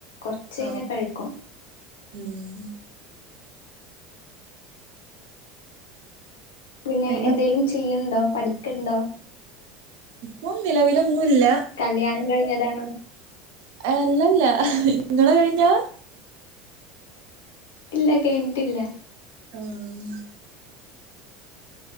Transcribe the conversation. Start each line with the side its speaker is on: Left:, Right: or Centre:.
Left: കൊറച്ചഴ്നാ
Right: ആഹ്
Left: കഴിക്കും
Right: ഉം
Left: പിന്നെ
Right: എന്താ
Left: എന്തേലും ചെയ്യണുണ്ടോ പഠിക്കൻണ്ടോ
Right: ഇപ്പൊ നിലവിലൊന്നൂല്ല
Left: കല്യാണം കഴിഞ്ഞതാണോ
Right: അല്ലല്ല ഇങ്ങളെ കഴിഞ്ഞോ
Left: ഇല്ല കേഴിഞ്ഞിട്ടില്ല
Right: ആഹ്